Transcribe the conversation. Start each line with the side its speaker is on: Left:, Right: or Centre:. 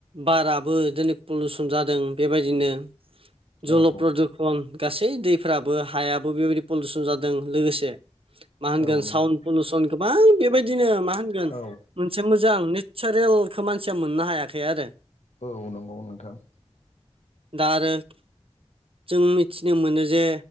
Right: बाराबो दिनै पलिउसन जादों बेबायदिनो जल
Left: औ
Right: प्रदुखन गासै दैफोराबो हायाबो बेबायदि पलिउसन जादों लोगोसे मा होनगोन
Left: औ
Right: साउड
Left: नंगौ
Right: पलिुसन गोबां बेबायदिनो मा होनगोन
Left: औ
Right: मोनसे मोजां नेचारेलखौ मानसिया मोननो हायाखै आरो
Left: औ नंगौ नोंथां
Right: दा आरो जों मिथिनो मोनो जे